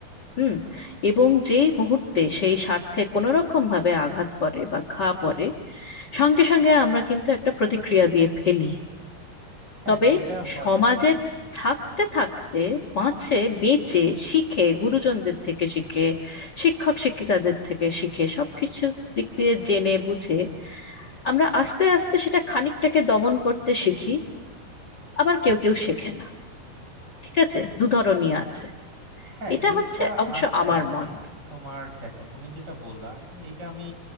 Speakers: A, on the left (about 75°); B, on the right (about 25°).
A: হুম এবং যেই মুহূর্তে সেই স্বার্থে কোনো রকম ভাবে আঘাত পড়ে বা ঘা পড়ে সঙ্গে সঙ্গে আমরা কিন্তু একটা প্রতিক্রিয়া দিয়ে ফেলি
B: হ্যাঁ
A: তবে
B: এটা হয়
A: সমাজে
B: আর কি
A: থাকতে থাকতে বাঁচে বেঁচে শিখে গুরুজনদের থেকে শিখে শিক্ষক শিক্ষিকাদের থেকে শিখে সবকিছু দিক দিয়ে জেনে বুঝে আমরা আস্তে আস্তে সেটা খানিকটাকে দমন করতে শিখি আবার কেউ কেউ শেখে না ঠিক আছে দুধরনই আছে
B: হ্যাঁ
A: এটা
B: এইটা
A: হচ্ছে অবশ্য
B: আছে
A: আমার
B: আর
A: মত
B: কি তোমার দেখো তুমি যেটা বললা এইটা আমি